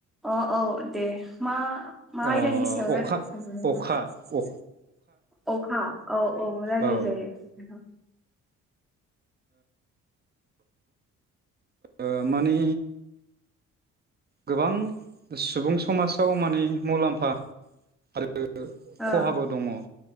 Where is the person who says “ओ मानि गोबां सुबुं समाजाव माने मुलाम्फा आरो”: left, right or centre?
Right